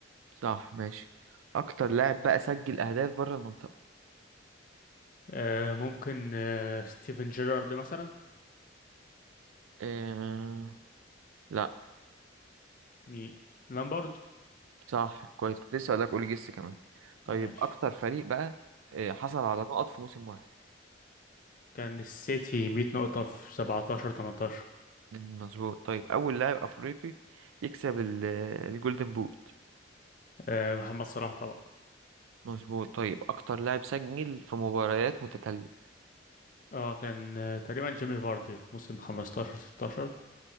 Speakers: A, on the right; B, on the left.
A: صح ماشي أكتر لاعب بقى سجل أهداف بره المنطقة
B: آه ممكن آه ستيفن جيرارد مثلا
A: إيه... لا
B: مي لامبارد
A: صح كويس كنت لسه هقولك قول جس كمان طيب
B: ماشي
A: أكتر فريق بقى آه، حصل على نقط في موسم واحد
B: كان السيتي 100 نقطة في 17 18
A: مم، مظبوط طيب أول لاعب أفريقي يكسب ال- الجولدن بوت
B: آه، محمد صلاح طبعا
A: مظبوط طيب أكتر لاعب سجل في مباريات متتالية
B: اه كان آه، تقريبا جيمي فاردي في موسم 15 16